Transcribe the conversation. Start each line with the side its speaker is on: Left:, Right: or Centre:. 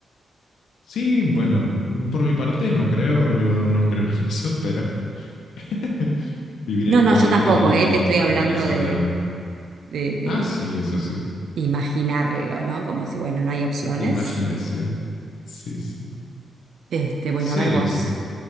Left: Sí, bueno, mm, por mi parte no creo, yo no creo en eso, pero <laughs> viviré,
Right: No, no,
Left: moriré
Right: yo tampoco,
Left: y
Right: eh, te estoy
Left: existiré
Right: hablando
Left: con la incertidumbre.
Right: de, de, de
Left: Ah, sí, eso sí.
Right: imaginarlo, ¿no? Como si, bueno, no hay opciones.
Left: Imaginación.
Right: y-
Left: Sí, sí.
Right: Este, bueno,
Left: Sí,
Right: a ver vos,
Left: sí.